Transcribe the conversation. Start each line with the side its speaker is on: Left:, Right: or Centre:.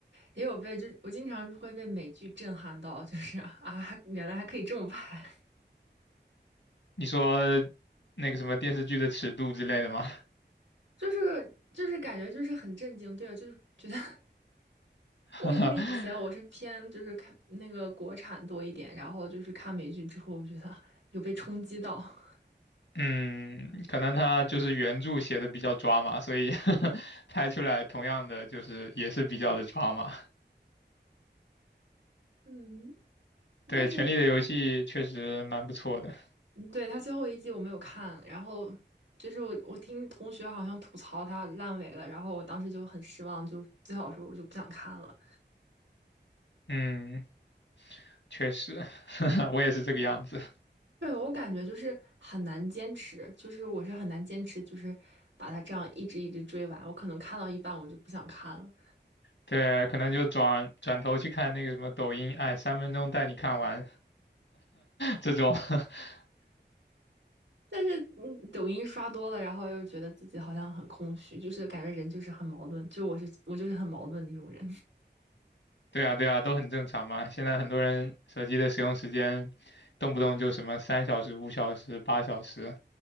Right: 也有被，就我经常会被美剧震撼到，就是啊，原来还可以这么拍，
Left: 你说那个什么电视剧的尺度之类的吗？
Right: <laughs> 就是就是感觉就是很震惊，对，就是觉得。
Left: <laughs>
Right: 我因为以前我是偏就是看那个国产多一点，然后就是看美剧之后，我觉得 <laughs> 有被冲击到。<laughs>
Left: 嗯，可能他就是原著写的比较抓嘛，所以 <laughs> 拍出来同样的就是也是比较的抓嘛。
Right: 嗯，
Left: 对，
Right: 但是
Left: 《权力的游戏》确实蛮不错的。
Right: 嗯对他最后一季我没有看，然后就是我我听同学好像吐槽他烂尾了，然后我当时就很失望，就最好说我就不想看了。
Left: 嗯，确实，<laughs> 我也是这个样子。
Right: 对，我感觉就是很难坚持，就是我是很难坚持，就是把它这样一直一直追完，我可能看到一半我就不想看了。
Left: 对，可能就转转头去看那个什么抖音，哎，三分钟带你看完，<laughs> 这种。<laughs>
Right: 但是，嗯，抖音刷多了，然后又觉得自己好像很空虚，就是感觉人就是很矛盾，就我是我就是很矛盾的一种人，
Left: 对啊，对啊，都很正常嘛。现在很多人手机的使用时间，动不动就什么三小时、五小时、八小时。